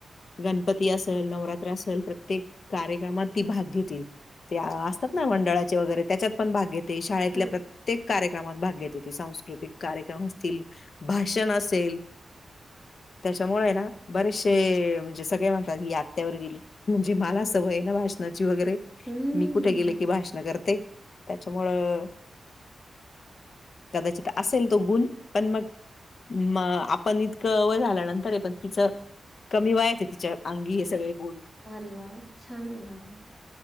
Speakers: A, on the left; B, on the left.
A: गणपती असल नवरात्र असल प्रत्येक कार्यक्रमात ती भाग घेतील ते असतात ना मंडळाचे वगैरे त्याच्यात पण भाग घेते शाळेतल्या
B: हम्म
A: प्रत्येक कार्यक्रमात भाग घेत होती सांस्कृतिक कार्यक्रम असतील भाषण असेल. त्यांच्यामुळे ना बरेचसे म्हणजे सगळे म्हणतात ही आत्यावर गेली. म्हणजे मला सवय ना भाषणाची वगैरे
B: हम्म
A: मी कुठे गेले की भाषण करते. ते त्याच्यामुळं कदाचित असेल तो गुण पण मग म आपण इतकं वय झाल्या नंतर आहे पण तिचं कमी वयाचे तिच्या अंगी हे सगळे गोन
B: अरे व्हा, छान हे ना